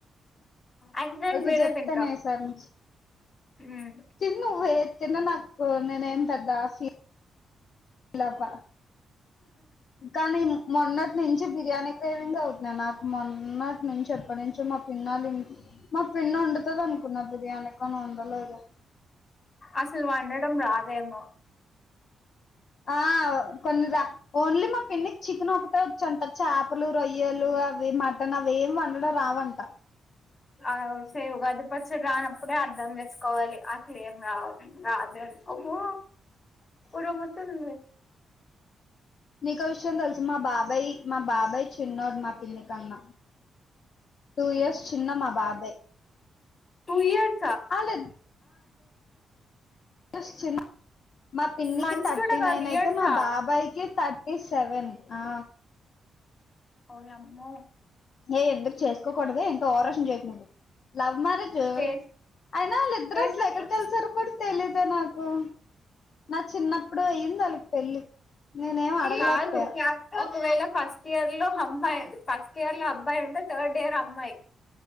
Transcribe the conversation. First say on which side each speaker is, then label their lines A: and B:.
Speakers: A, on the left (about 30°); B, on the left (about 55°).
A: అయితే నేను
B: ఓకే
A: వేరే
B: చెప్తానే
A: తింటా
B: ఈసారి,
A: మ్మ్
B: తివ్ నువ్వు ఎ తిన్న నాకు నేనే ఏం పెద్దా ఫీ. లవ్వ. కానీ మొన్నటి నుంచి బిర్యానీ. రేవింగ్ అవుతున్నాయి నాకు, మొన్నటి నుంచి ఎప్పటి నుంచో మక్. తిన్నాలి ఇంటి మా పిన్నడుతదనుకున్న బిర్యానీ కాని ఒండలేదు.
A: అసలు వండడం రాదేమో
B: ఆ కొన్ని రా ఓన్లీ మా పిన్నికి చికెన్ ఒకటే వొచ్చాంటా. చేపలు రొయ్యలు అవి మటన్ అవి ఏమి వండడం రావంట.
A: అ సేవ్ ఉగాది పచ్చడి రానప్పుడే అర్ధం చేసుకోవాలి అట్లే ఏం రావు. ఆమ్మో ఉరుముతుంది.
B: నీకో విషయం తెల్. మా బాబాయ్ మా బాబాయ్ చిన్నాడు మా పిన్ని కన్నా టూ ఇయర్స్ చిన్న మా బాబాయ్
A: తూయర్.
B: అలెద్. <inaudible> చిన్న మా పిన్నికి
A: మంత్స్
B: థట్టి
A: కూడా కాదు
B: నైన్
A: ఇయర్సా
B: అయితే మా బాబాయ్కి థ. ఈ సెవెన్ ఆ.
A: ఓయమ్మో.
B: ఎ ఎందుకు చెస్. ఎక్కకూడది ఏంటో, ఓరషన్ చేతుంది, లవ్ మ్యారేజు,
A: చేస్
B: అయినా వాళ్ళ ఇద్దరు
A: చేసుకోవచ్చు
B: అసలు ఎక్కడ కలిసారో కూడా తెలీదే నాకు, నా చిన్నప్పుడు అయింది ఆళ్లకు పెళ్లి, నేనే ఏం అడగలేకపోయా.
A: కాదు ఒకవేళ ఫస్ట్ ఇయర్ లో అమ్మాయి ఫస్ట్ ఇయర్ లో అబ్బాయి ఉండే థడ్ ఇయర్ అ. అమ్మాయి